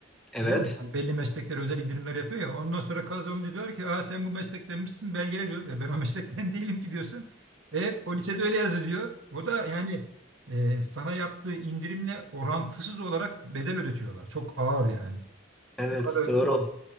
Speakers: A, in the centre; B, on the right.
A: Evet.
B: Tamam mı? Hani belli meslekler özel indirimler yapıyor ya. Ondan sonra kaz olunca diyor ki Aa, sen bu meslektenmişsin belgele diyor. Ya ben o meslekten <laughs> değilim ki diyorsun. E poliçe de öyle yazdı diyor. O da yani e, sana yaptığı indirimle orantısız olarak bedel ödetiyorlar. Çok ağır yani.
A: Evet.
B: O kadar
A: Doğru.